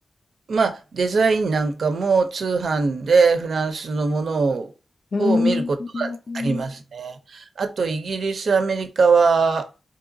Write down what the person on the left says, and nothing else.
うー
ん。